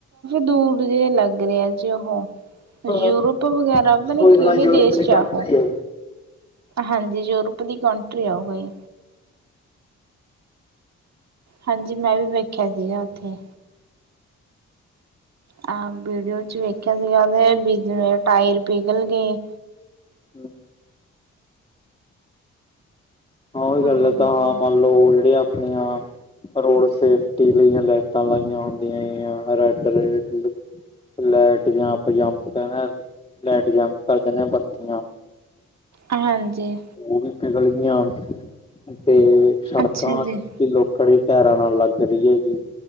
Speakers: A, on the right (about 60°); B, on the left (about 20°).
A: ਦੂਰ ਜਿਹੇ ਲੱਗ ਰਹੇ ਆ ਜੀ ਉਹ। ਯੂਰਪ
B: ਹਾਂ
A: ਵਗੈਰਾ ਪਤਾ ਨੀ
B: ਕੋਈ
A: ਕਿਹੜੇ
B: ਨਾ ਯੂਰਪ
A: ਦੇਸ
B: ਦੀ
A: ਚ ਏ
B: ਕੰਟਰੀ
A: ਓਹ
B: ਹੈ।
A: ਹਾਂਜੀ ਯੂਰਪ ਦੀ ਕੰਟਰੀ ਆ ਕੋਈ। ਹਾਂਜੀ ਮੈਂ ਵੀ ਵੇਖਿਆ ਸੀਗਾ ਉੱਥੇ। ਆਹ ਵੀਡੀਓ ਚ ਵੇਖਿਆ ਸੀਗਾ ਉਹਦੇ ਟਾਇਰ ਪਿਘਲ ਗਏ।
B: ਹਮ। ਹਾਂ ਉਹੀ
A: ਹਾਂਜੀ
B: ਗੱਲ ਹੈ ਤਾਂ ਹਾਂ ਮੰਨ ਲਓ ਜਿਹੜੇ ਆਪਣੀਆ ਰੋਡ ਸੇਫਟੀ ਲਈ ਲੈ ਲਾਈਟਾਂ ਲਾਈਆਂ ਹੁੰਦੀਆਂ red light light jump jump ਕਹਿੰਦੇ ਲੈਟ ਜੰਪ ਕਰ ਦਿੰਦੇ ਆ ਬੱਤੀਆਂ।
A: ਹਾਂਜੀ।
B: ਉਹ ਵੀ ਪਿਗਲ ਗਈਆਂ ਤੇ ਸੜਕਾਂ।
A: ਅੱਛਾ ਜੀ
B: ਲੂਕ ਖੜੇ ਟੈਰਾਂ ਨਾਲ ਲੱਗ ਰਹੀ